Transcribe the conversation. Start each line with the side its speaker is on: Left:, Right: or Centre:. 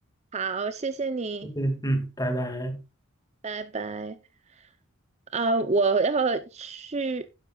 Right: 好，谢谢你，
Left: 嗯嗯，拜拜。
Right: 拜拜。啊、我要去。